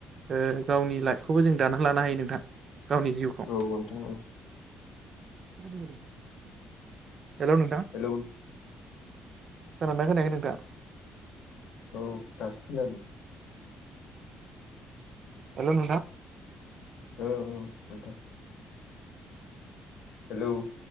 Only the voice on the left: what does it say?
औ नोंथां औ।
हेलौ
औ दासो खोनादो।
औ औ नोंथां। हेलौ।